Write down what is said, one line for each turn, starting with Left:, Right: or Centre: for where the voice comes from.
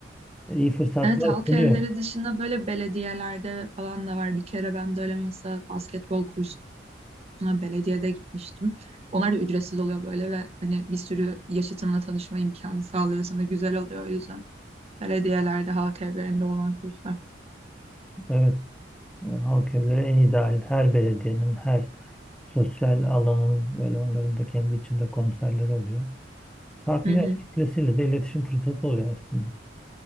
Centre: E, iyi fırsatlar
Right: Evet halk
Centre: sunuyor.
Right: evleri dışında böyle belediyelerde falan da var. Bir kere ben de öyle mesela basketbol kursuna belediyede gitmiştim. Onlar da ücretsiz oluyor böyle ve hani bir sürü yaşıtınla tanışma imkanı sağlıyor sana güzel oluyor o yüzden. Belediyelerde halk evlerinde olan kurslar.
Centre: Evet. e, halk evleri en ideal. Her belediyenin, her sosyal alanın böyle onların da kendi içinde konserleri oluyor. Farklı
Right: Hı hı.
Centre: yaş kitlesiyle de iletişim fırsatı oluyor aslında.